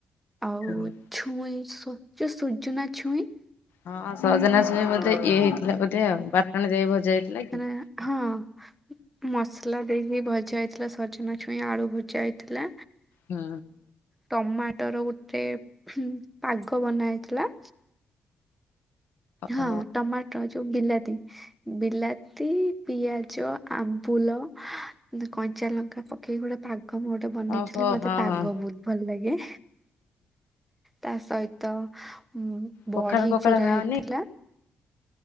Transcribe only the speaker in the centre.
ଆଉ
ଛୁଇଁ ସୁ ଯୋ ସୁଜୁନା ଛୁଇଁ
ତ
ଏ ହଁ। ମସଲା ଦେଇକି ଭଜା ହେଇଥିଲା ସଜନା ଛୁଇଁ ଆଳୁ ଭଜା ହେଇଥିଲା।
ଟମାଟୋର ଗୋଟେ ଫୁଁ ପାଗ ବନା ହେଇଥିଲା। ହଁ
ଟମାଟର ଯୋଉ ବିଲାତି ବିଲାତି ପିଆଜ ଆମ୍ବୁଲ ଦ କଞ୍ଚାଲଙ୍କା ପକେଇକି ଗୋଟେ ପାଗ ମୋଡ୍ ବନେଇଥିଲେ
ମତେ
ପାଗ
ବହୁତ ଭଲ ଲାଗେ। ତା ସହିତ ମୁ
ବଢି
ଚୁରା
ହେଇଥିଲା।